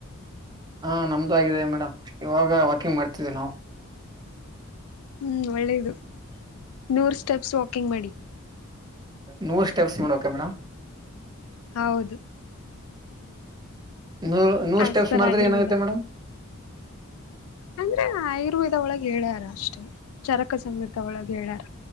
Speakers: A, on the right; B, on the left.
A: ಹಾ ನಮ್ದು ಆಗಿದೆ ಮೇಡಮ್ ಇವಾಗ ವಾಕಿಂಗ್ ಮಾಡ್ತಿದ್ದ್ವಿ ನಾವು
B: ಹ್ಮ್ ಒಳ್ಳೇದು ನೂರ್ ಸ್ಟೆಪ್ಸ್ ವಾಕಿಂಗ್ ಮಾಡಿ
A: ನೂರ್ ಸ್ಟೆಪ್ಸ್ ಮಾಡಕ ಮೇಡಮ್
B: ಹೌದು
A: ನೂ ನೂರ್
B: ಆಸ್
A: ಸ್ಟೆಪ್ಸ್
B: ಪರ್
A: ಮಾಡಿದ್ರೆ
B: ಆಯುರ್ವೇದ
A: ಏನಾಗುತ್ತೆ ಮೇಡಮ್
B: ಅಂದ್ರೆ ಆಯುರ್ವೇದ ಒಳಗ್ ಹೇಳ್ಯಾರ ಅಷ್ಟೇ ಚರಕ ಸಮೇತ ಒಳಗ ಹೇಳ್ಯಾರ